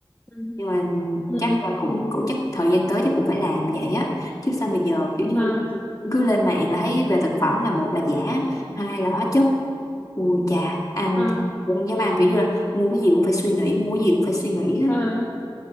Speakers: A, on the left (about 20°); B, on the left (about 40°).
A: ừ,
B: nhưng mà
A: ừ.
B: chắc là cũng cũng chắc thời gian tới chắc cũng phải làm vậy á chứ sao bây giờ kiểu như
A: À,
B: cứ lên mạng là thấy về thực phẩm là một là giả hai là hóa chất ui chà ăn
A: à,
B: thì cũng không dám ăn kiểu như là mua cái gì cũng phải suy nghĩ mua cái gì cũng phải suy nghĩ hết
A: à.